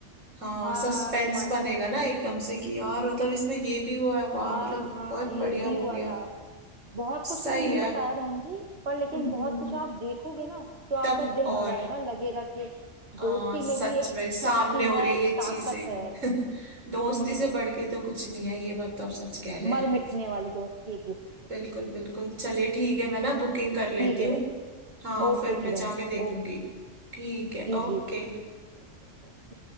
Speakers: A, on the right; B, on the right.
A: हाँ
B: हाँ
A: सस्पेंस
B: हाँ रोमांच
A: बनेगा ना एकदम से कि यार मतलब इसमें ये भी हुआ है वाह
B: हाँ
A: मतलब
B: हाँ
A: बहुत
B: ये
A: बढ़िया
B: भी
A: मूवी
B: हुआ
A: है
B: था बहुत
A: सही
B: कुछ तो नहीं
A: है
B: बताया बहन जी पर लेकिन
A: हम्म,
B: बहुत कुछ आप देखोगे ना तो आपका
A: तब
B: दिल
A: और
B: भर आएगा लगेगा कि
A: हाँ
B: दोस्ती
A: सच
B: में भी एक
A: में सामने
B: शक्ति
A: हो
B: है
A: रही है
B: ताकत
A: ये चीजें
B: है
A: <laughs> दोस्ती
B: हम्म
A: से बढ़ के तो कुछ नहीं है ये बात तो आप सच कह रहे हैं
B: मर मिटने वाली दोस्ती एक दूसरे के
A: बिल्कुल
B: लिए
A: बिल्कुल चलिए ठीक है मैं ना बुकिंग कर लेती
B: ठीक है
A: हूँ
B: बहन जी
A: हाँ
B: ओके
A: फिर
B: ओके
A: मैं
B: बहन
A: जाके
B: जी
A: देखूंगी
B: ओके ओके
A: ठीक है
B: जी
A: ओके
B: जी जी जी Okay okay